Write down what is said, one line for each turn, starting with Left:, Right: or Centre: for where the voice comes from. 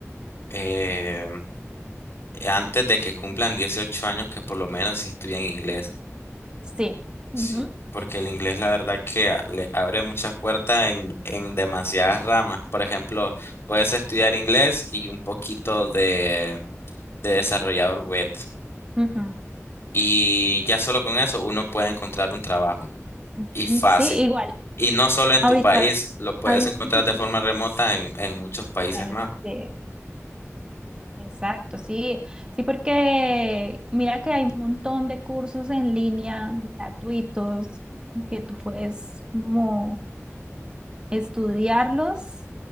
Left: eh, antes de que cumplan 18 años, que por lo menos si estudian inglés.
Right: Sí. Ujú,
Left: Sí, porque el inglés la verdad que a- le abre muchas puertas en, en demasiadas ramas. Por ejemplo, puedes estudiar inglés y un poquito de, de desarrollador web.
Right: ujú.
Left: Y ya solo con eso uno puede encontrar un trabajo
Right: Mm,
Left: y fácil.
Right: Sí, igual.
Left: Y no solo en
Right: Ahorita
Left: tu país, lo puedes
Right: hay
Left: encontrar
Right: muchos.
Left: de forma remota en, en muchos países
Right: Este,
Left: más.
Right: Exacto, sí, sí, porque mira que hay un montón de cursos en línea gratuitos que tú puedes como estudiarlos